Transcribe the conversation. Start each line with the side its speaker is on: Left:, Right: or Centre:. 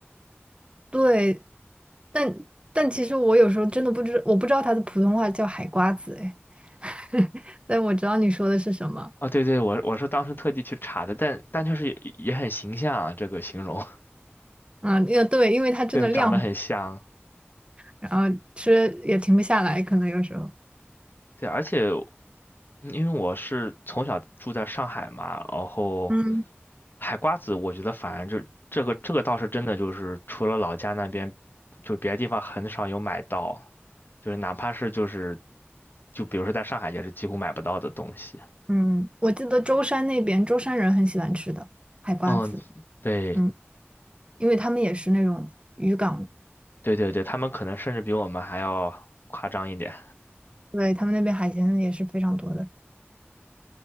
Right: 对，但但其实我有时候真的不知，我不知道它的普通话叫海瓜子，哎，<laughs> 但我知道你说的是什么。
Left: 啊、对对，我我是当时特地去查的，但但确实也也很形象啊，这个形容，
Right: 啊，也对，因为它真的量很大，
Left: <laughs> 对，长得很像。
Right: 然后吃也停不下来，可能有时候。
Left: 对，而且嗯因为我是从小住在上海嘛，然后
Right: 嗯
Left: 海瓜子，我觉得反正就这个这个倒是真的，就是除了老家那边，就别的地方很少有买到。就是哪怕是就是，就比如说在上海也是几乎买不到的东西。
Right: 嗯，我记得舟山那边舟山人很喜欢吃的海瓜子，
Left: 嗯，对
Right: 嗯，因为他们也是那种渔港。
Left: 对对对，他们可能甚至比我们还要夸张一点。
Right: 对，他们那边海鲜也是非常多的。